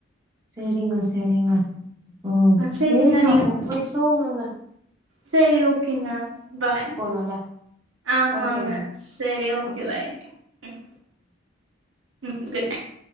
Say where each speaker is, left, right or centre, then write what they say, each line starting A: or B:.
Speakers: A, on the right; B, on the right.
A: செரிங்க செரிங்க ஓ
B: ஆ சரிங்க
A: சேரிங்க அப்ப போய்த்தூங்குங்க
B: சேரி ஓக்கேங்க பாய்
A: போணுல
B: ஆம்மாங்க
A: ஓகேங்க
B: சேரி ஓக்கே
A: ஓகேங்க
B: பாய் ம் ம் குட் நைட்